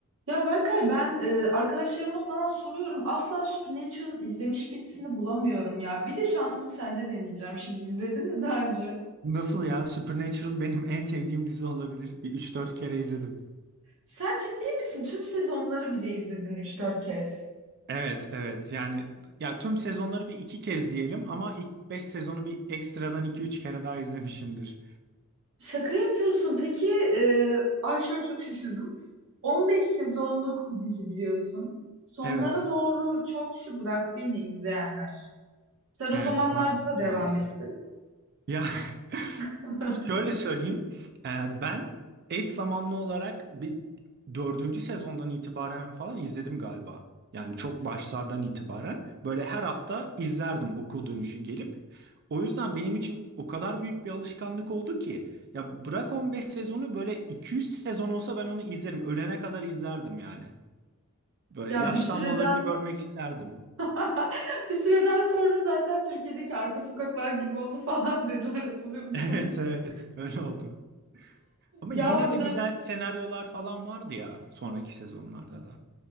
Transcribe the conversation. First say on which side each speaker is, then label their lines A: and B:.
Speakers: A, on the right (about 65°); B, on the right (about 45°).
A: Ya Berkay ben e, arkadaşlarıma falan soruyorum. Asla Supernatural izlemiş birisini bulamıyorum ya. Bir de şansımı sende deneyeceğim şimdi. İzledin mi daha önce?
B: Nasıl ya? Supernatural benim en sevdiğim dizi olabilir. Bir üç dört kere izledim.
A: Sen ciddi misin? Tüm sezonları bir de izledin üç dört kez.
B: Evet, evet. Yani ya tüm sezonları bir iki kez diyelim ama ilk 5 sezonu bir ekstradan iki üç kere daha izlemişimdir.
A: Şaka yapıyorsun. Peki e, ay şöyle çok şaşırdım. 15 sezonluk bir dizi biliyorsun. Sonlara
B: Evet,
A: doğru çok kişi bıraktı yine izleyenler. Sen o
B: evet
A: zamanlarda
B: ma
A: da devam
B: maalesef.
A: ettin.
B: Ya <laughs>
A: <laughs>
B: şöyle söyleyeyim. Ee, ben eş zamanlı olarak bir dördüncü sezondan itibaren falan izledim galiba. Yani çok başlardan itibaren. Böyle her hafta izlerdim okul dönüşü gelip. O yüzden benim için o kadar büyük bir alışkanlık oldu ki. Ya bırak 15 sezonu böyle 200 sezon olsa ben onu izlerim. Ölene kadar izlerdim yani. Böyle
A: Ya
B: yaşlanmalarını
A: bir süreden
B: görmek isterdim. <laughs>
A: <laughs> Bir süreden sonra zaten Türkiye'deki arka sokaklar gibi oldu <laughs> falan dediler hatırlıyor musun?
B: Evet evet
A: <laughs>
B: öyle oldu. Ama
A: Ya
B: yine
A: orada
B: de güzel senaryolar falan vardı ya sonraki sezonlarda da.